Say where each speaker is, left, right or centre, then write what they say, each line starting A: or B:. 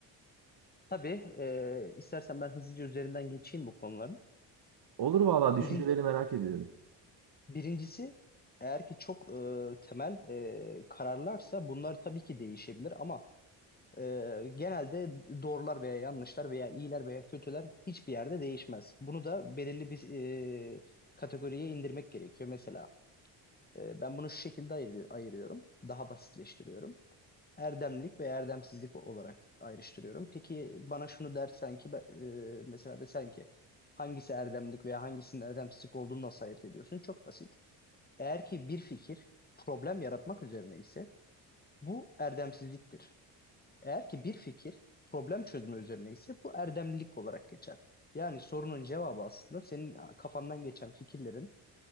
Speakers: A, on the left (about 20°); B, on the right (about 55°).
A: Tabii e, istersen ben hızlıca üzerinden geçeyim bu konuların.
B: Olur valla
A: Birin-
B: düşüncelerini merak ediyorum.
A: birincisi eğer ki çok e, temel e, kararlarsa bunlar tabii ki değişebilir ama e, genelde doğrular veya yanlışlar veya iyiler veya kötüler hiçbir yerde değişmez. Bunu da belirli bir e, kategoriye indirmek gerekiyor. Mesela e, ben bunu şu şekilde ayırı- ayırıyorum, daha basitleştiriyorum. Erdemlik ve erdemsizlik olarak ayrıştırıyorum. Peki bana şunu dersen ki ben- e, mesela desen ki hangisi erdemlik veya hangisinin erdemsizlik olduğunu nasıl ayırt ediyorsun? Çok basit. Eğer ki bir fikir problem yaratmak üzerine ise bu erdemsizliktir. Eğer ki bir fikir problem çözme üzerine ise bu erdemlilik olarak geçer. Yani sorunun cevabı aslında senin kafandan geçen fikirlerin